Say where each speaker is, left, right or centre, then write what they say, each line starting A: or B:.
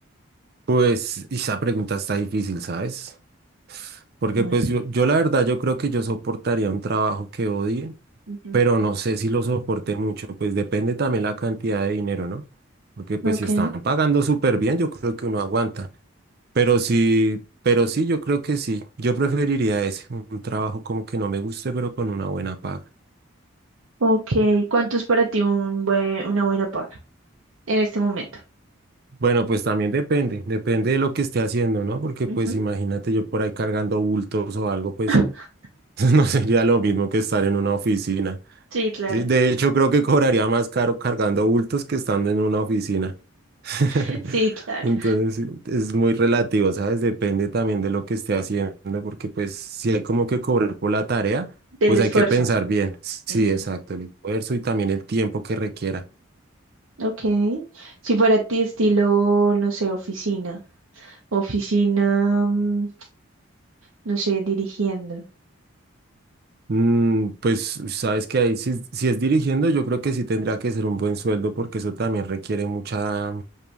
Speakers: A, on the right; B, on the right.
A: pues esa pregunta está difícil, ¿sabes? Porque
B: A
A: pues
B: ver.
A: yo, yo la verdad, yo creo que yo soportaría un trabajo que odie,
B: Ujú.
A: pero no sé si lo soporte mucho, pues depende también la cantidad de dinero, ¿no? Porque pues
B: Ok.
A: si están pagando súper bien, yo creo que uno aguanta. Pero sí, pero sí, yo creo que sí. Yo preferiría ese, un trabajo como que no me guste, pero con una buena paga.
B: Ok. ¿Cuánto es para ti un buen, una buena paga en este momento?
A: Bueno, pues también depende, depende de lo que esté haciendo, ¿no? Porque
B: Ujú.
A: pues imagínate yo por ahí cargando bultos o algo, pues
B: <laughs>
A: <laughs> No sería lo mismo que estar en una oficina.
B: Sí, claro.
A: Sí, de hecho, creo que cobraría más caro cargando bultos que estando en una oficina. <laughs>
B: <laughs> Sí, claro,
A: Entonces, sí, es muy relativo, ¿sabes? Depende también de lo que esté haciendo, porque pues si hay como que cobrar por la tarea,
B: del
A: pues
B: esfuerzo.
A: hay que pensar bien. Sí,
B: Ujú.
A: exacto, el esfuerzo y también el tiempo que requiera.
B: Ok. Si fuera ti estilo, no sé, oficina. Oficina, mm, no sé, dirigiendo.
A: Mm, pues sabes que ahí si, si es dirigiendo, yo creo que sí tendrá que ser un buen sueldo, porque eso también requiere mucha,